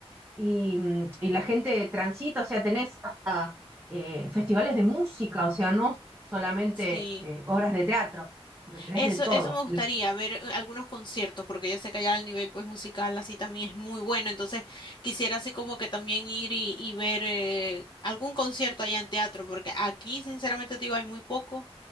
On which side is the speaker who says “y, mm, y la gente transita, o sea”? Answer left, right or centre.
Right